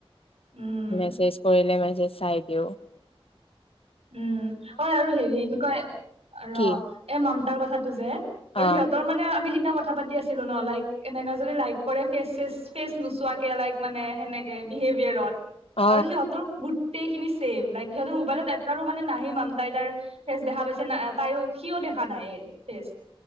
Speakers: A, on the right; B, on the left.
A: উম
B: মেছেজ কৰিলে মেছেজ চাই দিওঁ।
A: উম। অঐ আৰু হেৰি কি কয় ৰ
B: কি
A: এই মামতাৰ কথাটো যে, আৰু
B: অ
A: সিহঁতৰ মানে আমি সিদিনা কথা পাতি আছিলো ন? লাইক এনেকা যদি লাইক কৰে ফেচ চেচ ফেচ নোচোৱাকে লাইক মানে সেনেকে বিহেভিয়াৰত।
B: অ
A: আৰু সিহঁতৰ গোটেই খিনি চছেম লাইক সিহঁতৰ মোবাইলত তাৰো মানে নাহি মাম তাই তাৰ ফেচ দেখা পাইছে ন? তাইো সিও দেখা নাই ফেচ